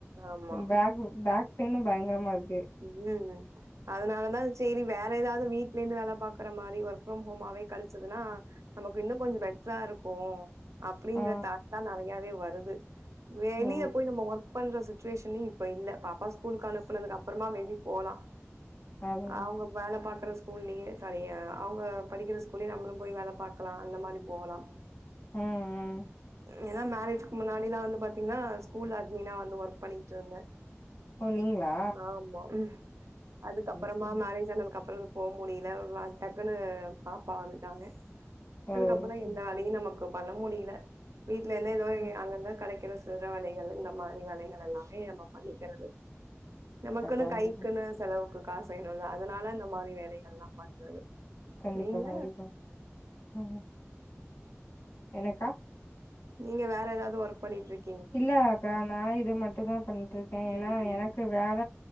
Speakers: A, on the right; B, on the left.
A: ஆமா.
B: பேக் பேக் பெயினு பயங்கரமா இருக்கு
A: ம் அதுனாலதா சேரி வேற எதாவது வீட்லேருந்து வேல பாக்குற மாரி ஒர்க் ப்ரம் ஹோமாவே கெடச்சதுன்னா நமக்கு இன்னு கொஞ்ச பெட்ரா இருக்கும் அப்டின்ற
B: ஆ
A: தாட் தா நெறையாவே வருது வெளிய
B: ஓ
A: போய் நம்ம ஒர்க் பண்ற சுச் சுவேசன் இப்ப இல்ல பாப்பா ஸ்கூலுக்கு அனுப்புனதுக்கு அப்புறமா மே பி போலா
B: அது
A: அவங்க வேல பாக்குற ஸ்கூல்லேயே சாரி அவங்க படிக்கிற ஸ்கூல்லயே நம்மளு போய் வேல பாக்கலா அந்த மாதி போகலா <inaudible>
B: ம் ம்
A: ஏனா மேரேஜ்க்கு முன்னாடி நா வந்து பாத்தீங்னா ஸ்கூல் அட்மினா வந்து ஒர்க் பண்ணிட்டு இருந்தே
B: ஓ நீங்ளா
A: ஆமா அதுக்கப்புறமா
B: சேரி
A: மேரேஜ் ஆனதுக்கப்புற போ முடியில டக்குன்னு பாப்பா வந்துட்டாங்க
B: ஓ
A: அதுக்கப்றோ
B: சேரி
A: எல்லாமே நமக்கு இப்ப பண்ண முடியில வீட்ல இருந்தே ஏதோ
B: சேரி
A: அங்கங்க கெடைக்கிற சிறு வேலைகள் இந்த மாரி வேலைகள் எல்லாமே நம்ம பண்ணிக்கிறது நமக்குன்னு
B: கட்டாய
A: கைக்குன்னு
B: கட்டாய
A: செலவுக்கு காசு வேணு இல்ல அதுனால இந்த மாரி வேலைகள்லா பண்றது
B: கண்டிப்பா
A: நீங்க
B: கண்டிப்பா ம் என்னக்கா
A: நீங்க வேற எதாவது ஒர்க் பண்ணிட்டுருக்
B: இல்ல அக்கா நா இது மட்டுந்தா பண்ணிட்டுருக்கே ஏனா
A: ம் ம்
B: எனக்கு வேற